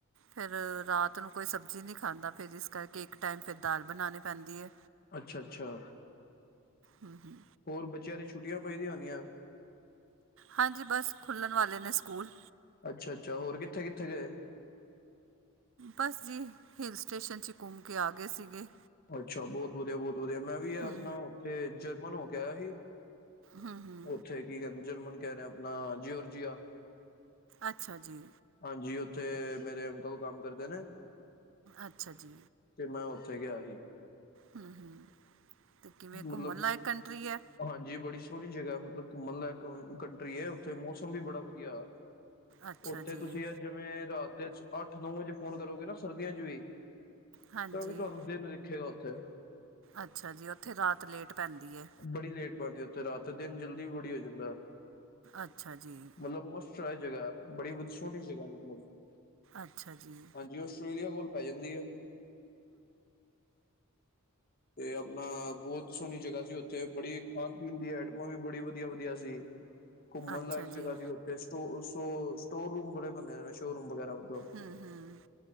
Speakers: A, on the right; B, on the left.
A: ਫੇਰ ਰਾਤ ਨੂੰ ਕੋਈ ਸਬਜ਼ੀ ਨਹੀਂ ਖਾਂਦਾ ਫੇਰ ਕਰਕੇ ਇੱਕ ਟਾਈਮ ਫੇਰ ਦਾਲ ਬਣਾਉਣੀ ਪੈਂਦੀ ਏ।
B: ਅੱਛਾ ਅੱਛਾ
A: ਹੂੰ-ਹੂੰ
B: ਹੋਰ ਬੱਚਿਆਂ ਦੀ ਛੁੱਟੀਆਂ ਪੈਦੀਆਂ ਹੋੁੰਦੀਐ।
A: ਹਾਂਜੀ ਬਸ ਖੁੱਲ੍ਹਣ ਵਾਲੇ ਨੇ ਸਕੂਲ
B: ਅੱਛਾ-ਅੱਛਾ ਹੋਰ ਕਿੱਥੇ-ਕਿੱਥੇ ਗਏ।
A: ਬਸ ਜੀ ਹਿਲ ਸਟੇਸ਼ਨ ਚ ਘੁੰਮ ਕੇ ਆ ਗਏ ਸੀਗੇ।
B: ਅੱਛਾ ਬਹੁਤ ਵਧੀਆ ਬਹੁਤ ਵਧੀਆ ਮੈਂ ਵੀ ਆਪਣਾ
A: ਹੂੰ
B: ਉੱਥੇ ਜਰਮਨ ਹੋ ਕੇ ਆਇਆ ਸੀ।
A: ਹੂੰ-ਹੂੰ,
B: ਉੱਥੇ ਕੀ ਕਹਿੰਦੇ ਜਰਮਨ ਕਹਿ ਰੇ ਆਪਣਾ ਜਿਓਰਜੀਆ
A: ਅੱਛਾ ਜੀ,
B: ਹਾਂਜੀ ਉੱਥੇ ਮੇਰੇ ਅੰਕਲ ਕੰਮ ਕਰਦੇ ਨੇ,
A: ਅੱਛਾ ਜੀ
B: ਤੇ ਮੈਂ ਉੱਥੇ ਗਿਆ ਸੀ।
A: ਹੂੰ-ਹੂੰ, ਤੇ ਕਿਵੇਂ
B: ਮਤਲਬ
A: ਘੁੰਮਣ ਲਾਇਕ ਕੰਟਰੀ ਐ।
B: ਹਾਂਜੀ ਬੜੀ ਸੋਹਣੀ ਜਗ੍ਹਾ ਮਤਲਬ ਘੁੰਮਣ ਲਾਇਕ ਕੰਟਰੀ ਉੱਥੇ ਮੌਸਮ ਵੀ ਬੜਾ ਵਧੀਆ।
A: ਅੱਛਾ
B: ਉੱਥੇ
A: ਜੀ
B: ਤੁਸੀਂ ਅ ਜਿਵੇਂ ਰਾਤ ਦੇ ਅੱਠ ਨੌ ਵਜੇ ਫੋਨ ਕਰੋਗੇ ਨਾ ਸਰਦੀਆਂ ਚ ਵੀ
A: ਹਾਂਜੀ
B: ਤਾਂਕੀ ਤੁਹਾਨੂੰ ਦਿਨ ਦਿਖੇਗਾ ਉੱਥੇ
A: ਅੱਛਾ ਜੀ ਉੱਥੇ ਰਾਤ ਲੇਟ ਪੈਂਦੀ ਐ।
B: ਬੜੀ ਲੇਟ ਪੈਦੀ ਐ ਉੱਥੇ ਰਾਤ ਦਿਨ ਜਲਦੀ ਬੜੀ ਹੋ ਜਾਂਦਾ।
A: ਅੱਛਾ ਜੀ
B: ਮਤਲਬ ਮਸਟ ਐ ਇਹ ਜਗ੍ਹਾ ਬੜੀ ਵੀ ਸੋਹਣੀ ਜਗ੍ਹਾ ਮਤਲਬ
A: ਅੱਛਾ ਜੀ
B: ਹਾਂਜੀ ਆਸਟ੍ਰੇਲੀਆ ਕੋਲ ਪੈ ਜਾਂਦੀ ਆ। ਤੇ ਆਪਣਾ ਬਹੁਤ ਸੋਹਣੀ ਜਗ੍ਹਾ ਸੀ ਉ ਉੱਥੇ ਬੜੀ ਖਾਣ ਪੀਣ ਦੀ ਆਈਟਮਾਂ ਵੀ ਬੜੀ ਵਧੀਆ ਵਧੀਆ ਸੀ, ਘੁੰਮਣ
A: ਅੱਛਾ
B: ਲਾਇਕ
A: ਜੀ
B: ਜਗ੍ਹਾ ਸੀ। ਫੇਰ ਸਟੋ ਸ ਸਟੋਰ ਰੂਮ ਬੜੇ ਬੰਨੇ ਨੇ। ਸ਼ੋਰੂਮ ਵਗੈਰਾ ਮਤਲਬ,
A: ਹੂੰ ਹੂੰ